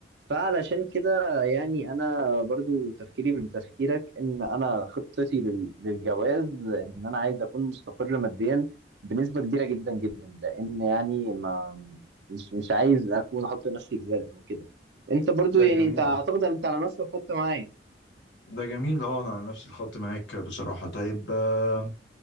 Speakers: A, on the right; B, on the left.
A: فعلشان كده يعني انا برضو تفكيري من تفكيرك ان انا خطتي لل- للجواز ان انا عايز اكون مستقر ماديا بنسبه كبيره جدا جدا لان يعني ما مش مش عايز اكون احط نفسي في زنقه او كده انت برضو
B: ده
A: يعني
B: جميل
A: انت اعتقد
B: أوي
A: ان انت على نفس الخط معايا
B: ده جميل اه انا على نفس الخط معاك بصراحة طيب آه